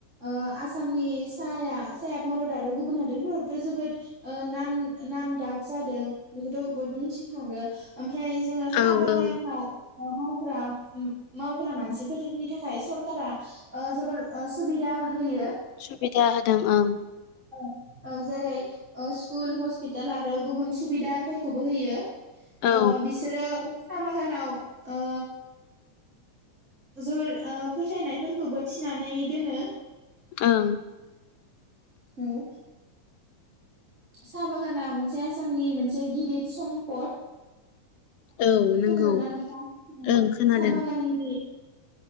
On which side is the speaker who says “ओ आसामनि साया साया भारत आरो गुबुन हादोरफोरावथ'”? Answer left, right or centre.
Right